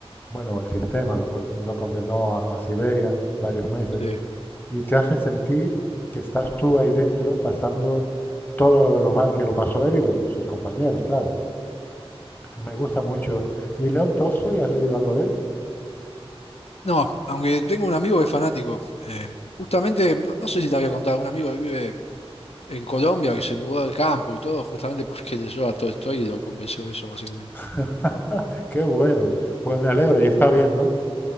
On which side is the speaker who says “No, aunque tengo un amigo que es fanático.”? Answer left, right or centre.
Left